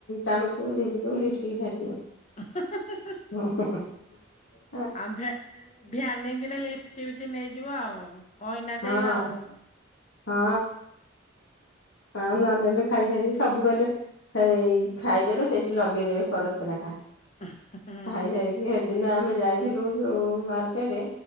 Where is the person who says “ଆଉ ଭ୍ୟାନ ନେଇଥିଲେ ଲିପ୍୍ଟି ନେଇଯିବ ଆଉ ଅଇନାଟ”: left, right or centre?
Left